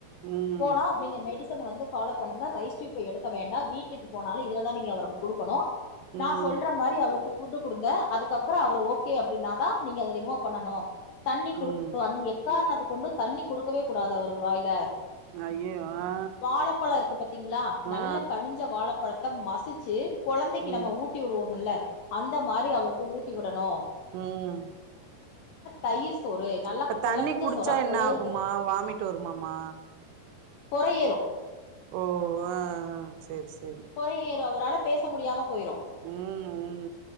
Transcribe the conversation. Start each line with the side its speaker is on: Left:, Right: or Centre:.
Right: ம்
Left: போலாம் நீங்க மெடிசின் வந்து பாலோ பண்ணுங்க ரைஸ் டியூப்ப எடுக்க வேண்டாம் வீட்டுக்கு போனாலும் இதுலதான் நீங்க அவருக்கு கொடுக்கணும்
Right: ம்
Left: நான் சொல்ற மாதிரி அவருக்கு புஃட் கொடுங்க அதுக்கு அ அப்புறம் அவர் ஓகே அப்படின்னாதான் நீங்க அதை ரிமூவ் பண்ணனும் தண்ணி குடும்
Right: ம்
Left: அ எக்காரணது கொண்டு தண்ணி குடுக்கவே கூடாது அவருக்கு வாயில
Right: ஐயயோ ஆ
Left: வாலபலம் இருக்கு பாத்தீங்களா நல்ல
Right: ஆ
Left: கணிஞ்ச வாழப்பலம் மசிச்சு கொழந்தைக்கு
Right: ம்
Left: நம்ம ஊட்டி விடுவோம்ல்ல அந்த மாதிரி அவரு ஊட்டி விடணும்
Right: உம்
Left: தயிர் சோறு நல்லா
Right: இப்ப
Left: கொழஞ்ச
Right: தண்ணி குடிச்சா
Left: சோறா
Right: என்ன
Left: கொழைய
Right: ஆகுமா வாமிட் வருமாமா
Left: பொறையேரும்
Right: ஓ ஆஹ்ஹ் ச்சேரி சரி
Left: பொறையேற அவ தல பேச முடியாம போயிரும்
Right: உஹம் உம்